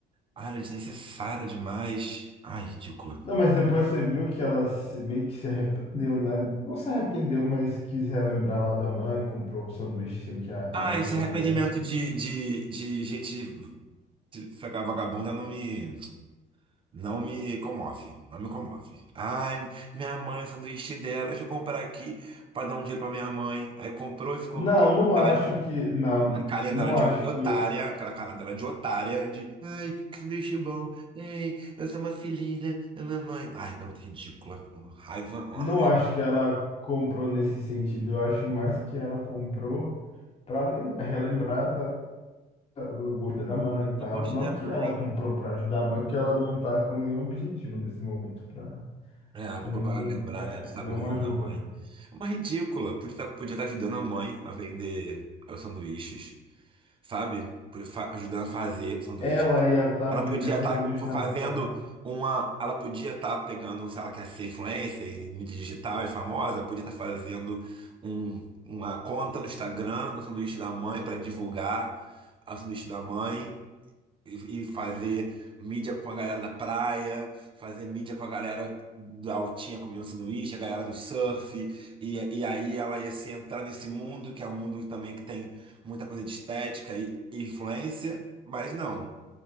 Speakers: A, on the right (about 30°); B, on the left (about 35°).
A: Ah, ela é desnecessária demais. Ai, ridícula.
B: Não, mas depois você viu que ela se- meio que se arrependeu, né? Não se arrependeu, mas quis relembrar lá da mãe, comprou o sanduíche sem que a, a
A: Ah,
B: mãe
A: esse
B: soubesse.
A: arrependimento de, de, de gente ficar vagabunda não me. Não me comove, não me comove. Ai, minha mãe, o sanduíche dela, deixa eu comprar aqui pra dar um dinheiro pra minha mãe. Aí comprou e ficou
B: Não,
A: com a cara
B: não
A: dela
B: acho
A: de,
B: que. Não,
A: a carinha
B: não
A: dela de
B: acho
A: otária,
B: que.
A: aquela cara dela de otária, de ai, que sanduíche bom, ei, eu sou uma filhinha da minha mãe. Ai, garota ridícula, uma raiva, uma
B: Não
A: raiva
B: acho que ela comprou nesse sentido. Eu acho mais que ela comprou para relembrar da, da- do gosto da mãe e tal.
A: do gosto
B: Não
A: da
B: que
A: mãe.
B: ela comprou para ajudar a mãe, que ela não tá com nenhum objetivo nesse momento, para
A: É, ela comprou
B: nenhum,
A: para lembrar,
B: é,
A: né, do saborzinho
B: nenhuma ajuda.
A: da mãe. É Uma ridícula. Podia estar podia tá ajudando a mãe a vender os sanduíches, sabe? Podia fa- Ajudando a fazer sanduíche.
B: Ela ia estar
A: Ela
B: vendendo
A: podia estar
B: sanduíche na
A: fazendo
B: praia.
A: uma. Ela podia estar pegando, se ela quer ser influencer em mídia digital e famosa, podia estar fazendo um- uma conta no Instagram do sanduíche da mãe para divulgar o sanduíche da mãe e e fazer mídia com a galera da praia, fazer mídia com a galera da altinha comendo sanduíche, a galera do surf, e, e aí ela ia se entrar nesse mundo, que é um mundo também que tem muita coisa de estética e, e influência, mas não,